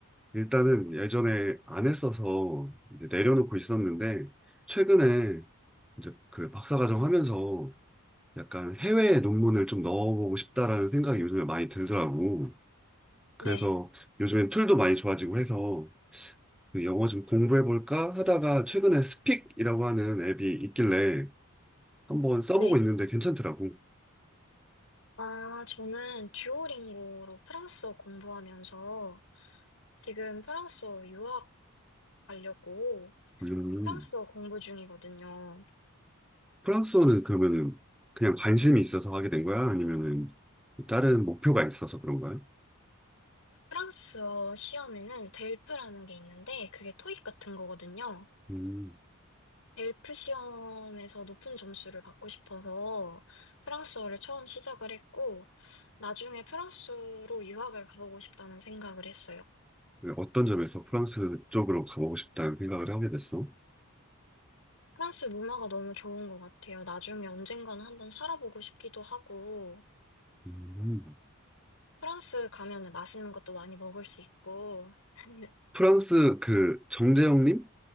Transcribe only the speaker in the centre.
일단은 예전에 안 했어서 이제 내려놓고 있었는데, 최근에 이제 그 박사과정 하면서 약간 해외 논문을 좀 넣어보고 싶다라는 생각이 요즘에 많이 들더라고.
그래서 요즘엔 툴도 많이 좋아지고 해서 그 영어 좀 공부해볼까 하다가 최근에 스픽이라고 하는 앱이 있길래 한번 써보고
있는데 괜찮더라고.
음.
프랑스어는 그러면은 그냥 관심이 있어서 하게 된 거야? 아니면은 다른 목표가 있어서 그런 거야?
음,
어떤 점에서 프랑스 쪽으로 가보고 싶다는 생각을 하게 됐어?
음.
프랑스 그 정재영님?